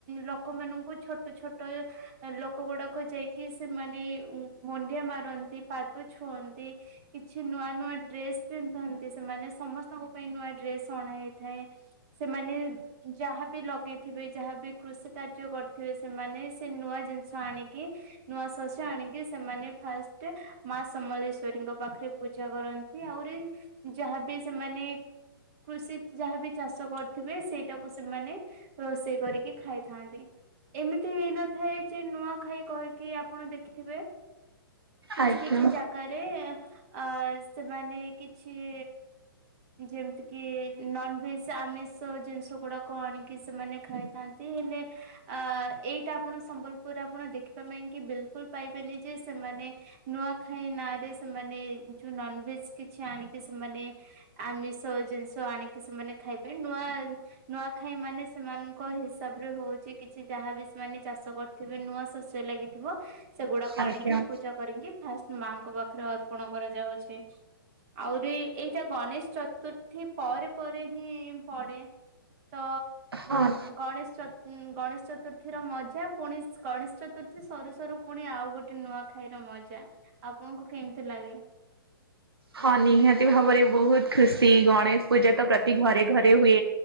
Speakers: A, on the right; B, on the right.
A: ଲୋକମାନଙ୍କୁ ଛୋଟ ଛୋଟ ଲୋକ ଗୁଡାକ ଯାଇକି ସେମାନେ ମୁଣ୍ଡିଆ ମାରନ୍ତି ପାଦ ଛୁଅନ୍ତି। କିଛି ନୂଆ ନୂଆ ଡ୍ରେସ ପିନ୍ଧଥାନ୍ତି ସେମାନେ ସମସ୍ତଙ୍କ ପାଇଁ ନୂଆ ଡ୍ରେସ ଅଣା ହେଇଥାଏ। ସେମାନେ ଯାହାବି ଲଗେଇଥିବେ ଯାହାବି କୃଷି କାର୍ଯ୍ୟ କରିଥିବେ ସେମାନେ ସେ ନୂଆ ଜିନିଷ ଆଣିକି ନୂଆ ଶସ୍ୟ ଆଣିକି ସେମାନେ ଫାଷ୍ଟେ ମା ସମଲେଶ୍ଵରୀଙ୍କ ପାଖରେ ପୂଜା କରନ୍ତି ଆହୁରି ଯାହାବି ସେମାନେ କୃଷି ଯାହାବି ଚାଷ କରିଥିବେ ସେଇଟା ତ ସେମାନେ ରୋଷେଇ କରିକି ଖାଇଥାନ୍ତି। ଏମିତି ହେଇନଥାଏ ଯେ ନୂଆ ଖାଇ କହିକି ଆପଣ ଦେଖିଥିବେ କିଛି
B: ଆଜ୍ଞା।
A: କିଛି ଜାଗାରେ ଅ ସେମାନେ କିଛି ଯେମତି କି ନନଭେଜ ଆମିଷ ଜିନିଷ ଗୁଡାକ ଆଣିକି ସେମାନେ ଖାଇଥାନ୍ତି ହେଲେ ଅ ଏଇଟା ଆପଣ ସମ୍ବଲପୁରରେ ଆପଣ ଦେଖିବା ପାଇଁ କି ବିଲକୁଲ ପାଇବେନି ଯେ ସେମାନେ ନୂଆଖାଇ ନାଁରେ ସେମାନେ ଯୋଉ ନନଭେଜ କିଛି ଆଣିକି ସେମାନେ ଆମିଷ ଜିନିଷ ଆଣିକି ସେମାନେ ଖାଇବେ ନୂଆ ନୂଆଖାଇ ମାନେ ସେମାନଙ୍କ ହିସାବ ରେ ହଉଚି, କିଛି ଯାହାବି ସେମାନେ ଚାଷ କ ଥିବେ, ନୂଆ ଶସ୍ୟ ଲାଗିଥିବ, ସେଗୁଡାକ
B: ଆଜ୍ଞା
A: ଆଣିକି ପୂଜା କରିକି, ଫାଷ୍ଟ ମାଙ୍କ ପାଖରେ ଅର୍ପଣ କରାଯାଉଚି। ଆହୁରି ଏଇଟା ଗଣେଶ ଚତୁର୍ଥୀ ପରେ ପରେ ହିଁ ପଡେ। ତ
B: ହଁ।
A: ଗଣେଶ ଚ, ଗଣେଶ ଚତୁର୍ଥୀର ମଜା, ପୁଣି ଗଣେଶ ଚତୁର୍ଥୀ ସରୁ ସରୁ ପୁଣି ଆଉ ଗୋଟେ ନୂଆ ଖାଇର ମଜା, ଆପଣଙ୍କୁ କେମିତି ଲାଗେ?
B: ହଁ, ନିହାତି ଭାବରେ ବହୁତ ଖୁସି, ଗଣେଶ ପୂଜା ତ ପ୍ରତି ଘରେ ଘରେ ହୁଏ।